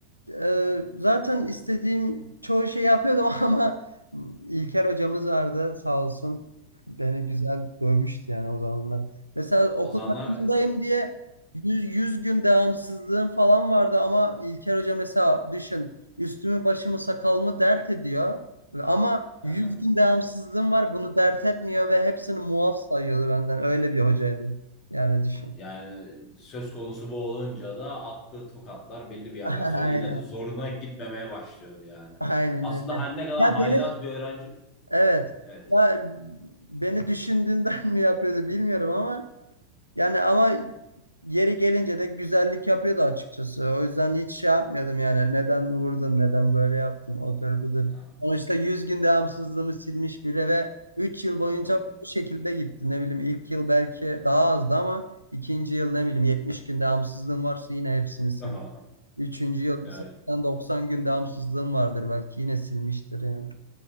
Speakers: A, on the left (about 85°); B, on the left (about 35°).
A: Ee, zaten istediğim çoğu şeyi yapıyordum <laughs> ama İlker hocamız vardı sağ olsun. Beni güzel dövmüştü yani o zamanlar. Mesela okul
B: O zamanlar
A: takımındayım diye yüz yüz gün devamsızlığım falan vardı ama İlker hoca mesela düşün üstümü başımı sakalımı dert ediyor. Ama
B: aha.
A: 100 gün devamsızlığım var bunu dert etmiyor ve hepsini muaf sayıyordu benden. Öyle bir hocaydı. Yani düşün.
B: Yani söz konusu bu olunca da attığı tokatlar belli bir yerden
A: <laughs>
B: sonra
A: Aynen.
B: yine de zoruna gitmemeye başlıyordu yani.
A: Aynen
B: Aslında
A: öyle.
B: her ne kadar
A: Ya
B: haylaz
A: benim
B: bir öğrenci.
A: Evet.
B: Evet.
A: Ya beni düşündüğünden <laughs> mi yapıyordu bilmiyorum ama yani ama yeri gelince de güzellik yapıyordu açıkçası. O yüzden hiç şey yapmıyordum yani. Neden vurdun? Neden böyle yaptın? Odur budur.
B: Tamam.
A: Sonuçta 100 gün devamsızlığımı silmiş biri ve 3 yıl boyunca
B: Hı hı.
A: bu şekilde gitti. Ne bileyim ilk yıl belki daha azdı ama ikinci yıl ne bileyim 70 gün devamsızlığım varsa yine hepsini sildi.
B: <laughs>
A: Üçüncü yıl
B: Yani
A: 80-90 gün devamsızlığım vardır belki yine silmiştir yani.